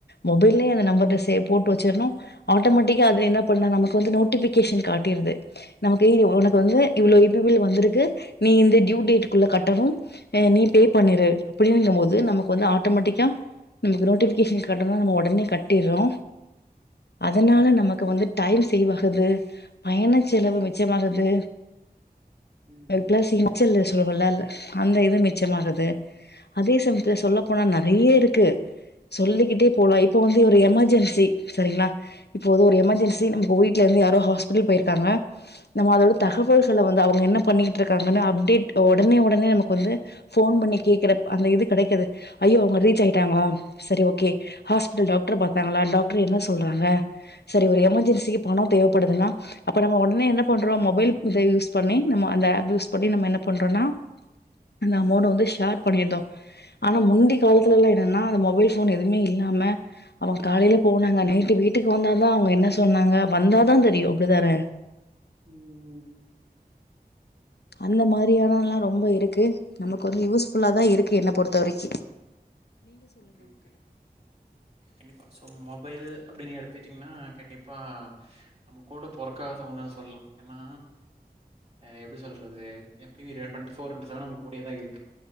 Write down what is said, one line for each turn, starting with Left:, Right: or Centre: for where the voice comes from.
Left: மொபைல்லயே அந்த நம்பர்ட்ட சேவ் போட்டு வெச்சிர்ணு ஆட்டோமேட்டிக்கா அது என்ன பண்ணுனா நமக்கு வந்து நோட்டிபிகேஷன் காட்டிருது நமக்கு
Right: ம்
Left: உனக்கு வந்து இவ்ளோ இ பி பில் வந்திருக்கு நீ இந்த டியூ டேட்க்குள்ள கட்டணு நீ பே பண்ணிரு அப்படிங்க போது நமக்கு வந்து ஆட்டோமேட்டிக்கா நமக்கு நோட்டிபிகேஷன் காட்டனா நம்ம ஒடனே கட்டிர்றோ அதனால
Right: ம் ம்
Left: நமக்கு வந்து டைம் சேவாகுது பயண செலவு மிச்சமாகுது
Right: ம்
Left: ப்ளஸ் இப்பல்லா <unintelligible> இல் சொல்ல சொலா இல்ல அந்த இது மிச்சமாகது அதே சமயத்தில் சொல்ல போனா நெறைய இருக்கு சொல்லிக்கிட்டே போலா இப்ப வந்து ஒரு எமர்ஜென்சி சரிங்ளா இப்போது எமர்ஜன்சி நம்ம வீட்ல இருந்து யாரோ ஹாஸ்பிடல் போயிருக்காங்க நம்ம அதோட தகவல்களை வந்து அவங்க என்ன பண்ணிக்கிட்டு இருக்காங்கன்னு அப்டேட் ஒடனே ஒடனே நமக் வந்து போன் பண்ணி கேக்குற அந்த இது கெடைக்கது ஐயோ அவங்க ரீச் ஆயிட்டாங்களா சரி ஓகே ஹாஸ்பிட்டல் டாக்டர பாத்தாங்களா டாக்டர் என்ன சொல்றாங்க சரி ஒரு எமர்ஜென்சிக்கு பனோ தேவைப்படுதுனா அப்ப நம்ம உடனே என்ன பண்றோ மொபைல் இத யூஸ் பண்ணி நம்ம அந்த ஆப் யூஸ் பண்ணி நம்ம என்ன பண்றோனா அந்த அமொண்ட வந்து ஷேர் பண்ணிட்டோ ஆனா முந்தி
Right: ம்
Left: காலத்துல எல்லா ன்னா அந்த மொபைல் ஃபோன் எதுவுமே இல்லாம அவங்க காலைல போனாங்க நைட்டு வீட்டுக்கு வந்தாதா அவங்க என்ன சொன்னாங்க வந்தாதா தெரியு அப்டிதான
Right: ம் ம்
Left: அந்த
Right: ஆமா
Left: மாரியானல்லா ரொம்ப இருக்கு நமக்கு வந்து யூஸ்ஃபுல்ல தா இருக்கு என்ன பொறுத்த வரைக்கு
Right: ஓகே ஓகே கண்டிப்பா சோ மொபைல் அப்டின்னு எடுத்துட்டீங்கனா கண்டிப்பா நம்ம கூட பொறக்காதாவனா சொல்லா ஏனா எப்டி சொல்றது எப் <unintelligible> டுவெண்ட்டிஃபர் இன்டு செவன் நமக்கு கூடியதா இருக்கு